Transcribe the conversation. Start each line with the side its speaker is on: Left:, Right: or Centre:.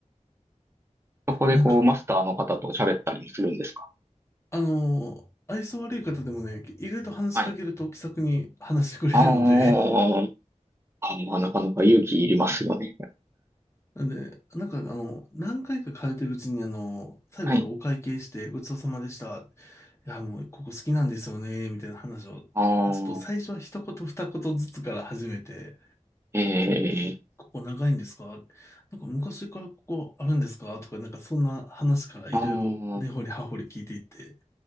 Right: そこでこう、
Left: なんか、
Right: マスターの方と喋ったりもするんですか。
Left: あの、愛想悪い方でもね、意外と話しかけると気さくに話してくれるので、
Right: はい。あー
Left: <laughs>
Right: あー、なかなか勇気いりますよね。
Left: なんで、なんか、あの、何回か通ってるうちに、あの、最後、
Right: はい。
Left: あのお会計して、ごちそうさまでした。いや、もう、ここ好きなんですよね、みたいな話を、ちょ
Right: ああ、
Left: っと最初は一言二言ずつから始めて、
Right: え
Left: ここ長いんですかなんか昔からここあるんですかとか、なんかそんな話からいろいろ根掘り葉掘り聞いていって、
Right: ー、あ